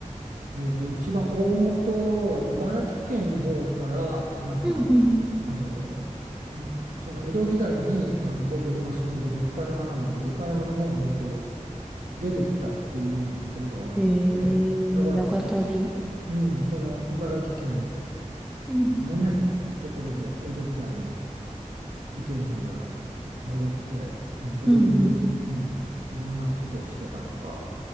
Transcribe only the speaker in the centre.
うん、うん。
えー、長旅。
うん、
うん、うん、